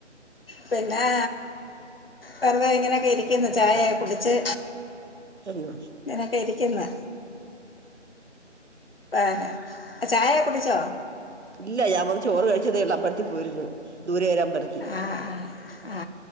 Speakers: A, on the left (about 50°); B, on the right (about 65°).
A: പിന്നേ വെറുതെ ഇങ്ങനെക്കെ ഇരിക്കുന്നു, ചായയൊക്കെ കുടിച്ച്.
B: എന്ന
A: ഇങ്ങനെയൊക്കെ ഇരിക്കുന്നു പേരാ ചായക്കെ കുടിച്ചോ?.
B: ഇല്ല ഞാൻ വന്ന് ചോറ് കഴിച്ചതേയുള്ളു. അമ്പലത്തിൽ പോയിരുന്നു. ദൂരെ ഒരു അമ്പലത്തിൽ.
A: ആ ആ ആ.